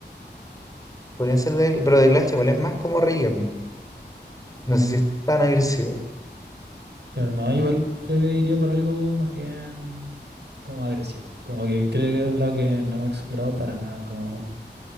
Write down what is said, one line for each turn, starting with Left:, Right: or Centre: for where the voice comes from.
Left: podrían ser de, pero The Clash igual es más como reggae. No sé si es tan agresivo.
Right: Claro, no, igual creo que iría por algo más bien como agresivo. Como que creo que es un lado que no hemos explorado para nada, como